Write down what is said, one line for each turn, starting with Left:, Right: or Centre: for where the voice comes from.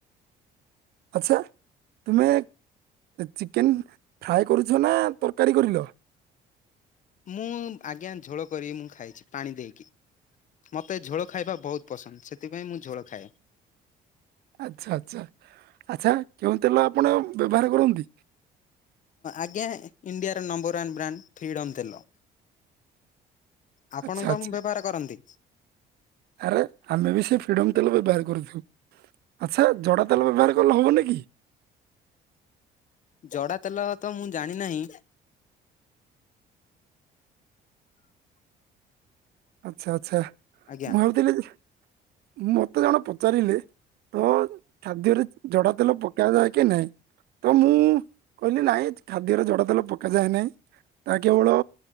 Right: ଆଚ୍ଛା ତୁମେ ଚିକେନ ଫ୍ରାଏ କରୁଛ ନା ତରକାରୀ କରିଲ?
Left: ମୁଁ ଆଜ୍ଞା ଝୋଳ କରିିବି ମୁଁ ଖାଇଚି ପାଣି ଦେଇକି ମୋତେ ଝୋଳ ଖାଇବା ବହୁତ ପସନ୍ଦ ସେଥିପାଇଁ ମୁଁ ଝୋଳ ଖାଏ।
Right: ଆଚ୍ଛା ଆଚ୍ଛା ଆଚ୍ଛା କେଉଁ ତେଲ ଆପଣ ବ୍ୟବହାର କରନ୍ତି?
Left: ଆଜ୍ଞା ଇଣ୍ଡିଆର ନମ୍ବର ୱାନ୍ ବ୍ରାଣ୍ଡ ଫ୍ରିଡ଼ମ ତେଲ। ଆପଣ
Right: ଆଚ୍ଛା
Left: କଣ
Right: ଆଚ୍ଛା
Left: ବ୍ୟବହାର କରନ୍ତି?
Right: ଆରେ ଆମେ ବି ସେ ଫିଡମ ବ୍ୟବହାର ଆଚ୍ଛା ଜଡା ତେଲ ବ୍ୟବହାର କଲେ ହବନି କି?
Left: ଜଡା ତେଲ ତ ମୁଁ ଜାଣି ନାହିଁ
Right: ଆଚ୍ଛା ଆଚ୍ଛା
Left: ଆଜ୍ଞା
Right: ମୁଁ ଭାବୁଥିଲି ଯେ ମୁଁ ମତେ ଜଣ ପଚାରିଲେ ତ ଖାଦ୍ୟରେ ଜଡା ତେଲ ପକା ଯାଏ କି ନାଇଁ? ତ ମୁଁ କହିଲି ନାଇଁ ଖାଦ୍ୟର ଜଡା ତେଲ ପକା ଯାଏ ନାହିଁ ତା କେବଳ